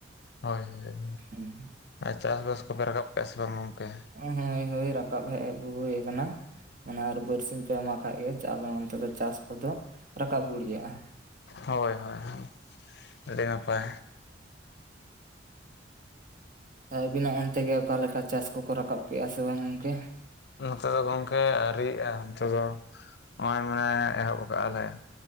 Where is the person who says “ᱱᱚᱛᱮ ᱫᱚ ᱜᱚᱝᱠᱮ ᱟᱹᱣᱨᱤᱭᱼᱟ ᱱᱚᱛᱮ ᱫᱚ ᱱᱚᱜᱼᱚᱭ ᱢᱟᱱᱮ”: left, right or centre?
Left